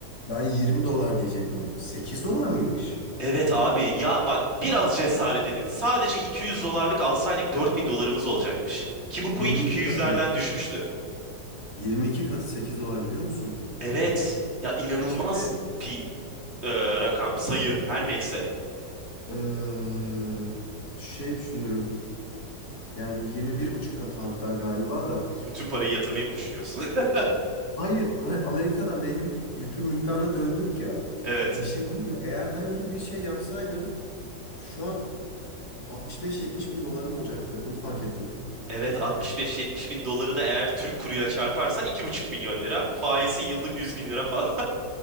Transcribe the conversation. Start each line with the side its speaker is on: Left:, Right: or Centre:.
Left: Ben 20 dolar diyecektim. 8 dolar mıymış?
Right: Evet abi ya bak biraz cesaret edip sadece 200 dolarlık alsaydık 4000 dolarımız olacakmış. Ki bu
Left: 22
Right: coin 200'lerden
Left: katı.
Right: düşmüştü.
Left: 22 katı 8 dolar biliyor musun?
Right: Evet ya inanılmaz
Left: Şimdi
Right: bir e, rakam sayı her neyse.
Left: eee, şey düşünüyorum. Yani yirmi bir buçuk katı hatta galiba da.
Right: Bütün parayı yatırmayı mı düşünüyorsun? <laughs>
Left: Hayır, hani Amerika'dan belli bir yüklü miktarda döndük ya.
Right: Evet.
Left: Bir şey değil mi? Eğer ben öyle bir şey yapsaydım şu an 65-70 bin dolarım olacaktı. Onu fark ettim.
Right: Evet 65-70 bin doları da eğer Türk kuruyla çarparsan iki buçuk milyon lira. Faizi yıllık 100 bin lira falan. <laughs>